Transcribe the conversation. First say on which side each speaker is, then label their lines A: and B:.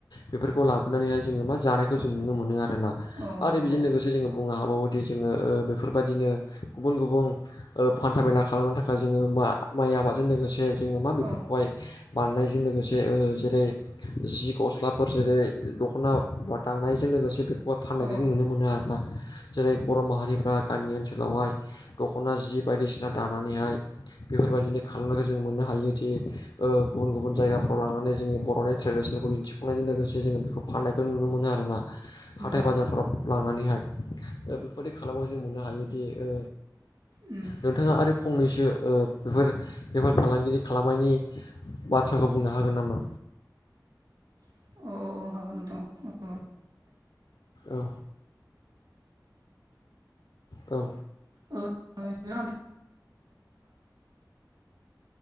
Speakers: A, on the left (about 80°); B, on the right (about 65°).
A: बेफोरखौ लाबोनानैहाय जोङो मा जानायखौ जों नुनो मोनो आरोना।
B: औ नंगौ
A: आरो बेजों लोगोसे जोङो बुंनो हाबावोदि जोङो ओ बेफोरबायदिनो गुबुन गुबुन हान्था मेला खालामनो थाखाय जोङो मा माइ आबादजों लोगोसे जोङो मा बेफोर
B: औ
A: बाय बारनायजों लोगोसे ओ जेरै जि गस्लाफोर जेरै दख'ना बा दानायजों लोगोसे बे औवा फाननायखौ
B: औ
A: जों नुनो मोनो आरोना। जेरै बर' माहारिफ्रा गामि ओनसोलावहाय दख'ना जि बायदिसिना दानानैहाय बेफोरबायदिनो खालामनायखौ जों मोननो हायोदि ओ गुबुन गुबुन जायगाफ्राव
B: औ
A: लांनानै जोंनि बर'नि ट्रेडिसनेलखौ दिन्थिफुंनायजों लोगोसे जोङो बेखौ फाननायखौ नुनो मोनो आरोना। हाथाय
B: औ
A: बाजारफोराव लांनानैहाय ओ बेफोरबायदि खालामनायखौ जों मोननो हायोदि ओ।
B: उम
A: नोंथाङा आरो फंनैसो ओ बेफोर बेफार फालांगिरि खालामनायनि बाथ्राखौ बुंनो हागोन नामा?
B: अ अ अ हागोन। नोंथां ओ।
A: औ। औ।
B: औ नोंथाङा